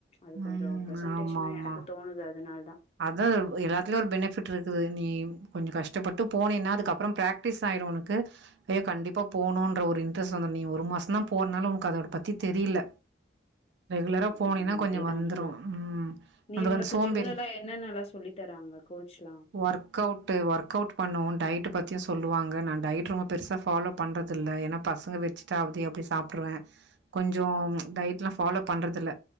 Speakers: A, on the left (about 35°); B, on the right (about 80°).
A: அது
B: ம்
A: கொஞ்சோ ப்ரசன்டேஷனா
B: ஆமா ஆமா
A: எனக்கு தோணுது அதனாலதா
B: அதா எல்லாத்துலயு ஒரு பெனிஃபிட் இருக்குது நீ கொஞ்ச கஷ்டப்பட்டு போனேன்னா அதுக்கப்புறம் பிராக்டிஸ் ஆயிரு உனக்கு ஐயோ கண்டிப்பா போகணுன்ற ஒரு இன்ட்ரெஸ்ட் வந்துடு நீ ஒரு மாசம்தா போனனால உனக்கு அதோட பத்தி தெரியல ரெகுலரா
A: ஆமாமா
B: போனீனா கொஞ்சம்
A: அப்டிதான்
B: வந்துரு
A: போல.
B: உம்
A: நீ
B: நம்மள
A: உனக்கு
B: அந்த சோம்பேறி
A: ஜிம்லலாம் என்னென்னலாம் சொல்லி தராங்க கோச்லாம்?
B: ஒர்க் அவுட்டு ஒர்க் அவுட் பண்ணுவோ டயட்ட பத்தியு சொ ல்லுவாங்க நா டயட் ரொம்ப பெருசா ஃபாலோ பண்றதில்ல ஏன்னா பசங்க வெச்சிட்டு அப்டி அப்டியே சாப்ட்ருவே கொஞ்சோ டயட்லா ஃபாலோ பண்றதில்ல